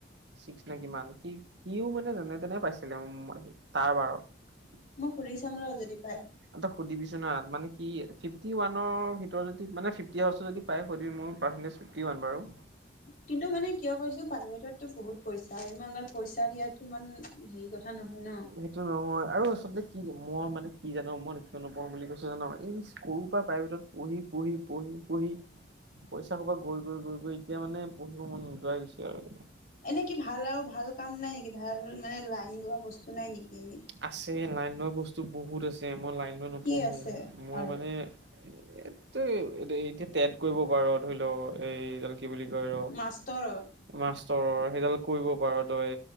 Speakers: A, on the right; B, on the left.
A: চিক্স নে কিমান, সি সিও মানে যেনে তেনে পাইছিলে তাৰ বাৰত
B: মই সুদি চাম ৰহ যদি পায়
A: তই সুধিবি চুন হা, মানে কি ফিফটি ৱানৰ ভিতৰত যদি মানে ফিফ হা যদি পায় কৈ দিবি মোক। বাৰু!
B: কিন্তু মানে কিয় কৈছো প্ৰাইভেটতটো বহুত পইচা ইমান গাল পইচা দিয়াতো ইমান হেৰি কথা নহয় ন
A: সেইটো নহয় আৰু আচলতে কি মই মানে কি জানো মই কিয় নপঢ়ো বুলি কৈছো জানো এই সৰুৰ পৰা প্ৰাইভেটত পঢ়ি পঢ়ি পঢ়ি পঢ়ি পইচা সোপা গৈ গৈ গৈ গৈ এতিয়া মানে পঢ়িব মন নোযোৱাই গৈছে আৰু।
B: এনে কি ভাল আৰু ভাল কাম নাই নেকি ভাল মানে লাইন লোৱা বস্তু নাই নেকি? এনে
A: আছে, লাইন লোৱা বস্তু বহুত আছে। মই লাইন লৈ নপঢ়ো
B: কি আছে
A: মই
B: আৰু
A: মানে এ তই এতিয়া তেট কৰিব পাৰ ধৰি ল' এই কি বুলি কয় ৰ,
B: মাষ্টৰৰ
A: মাষ্টৰৰ সেইডাল কৰিব পাৰ তই।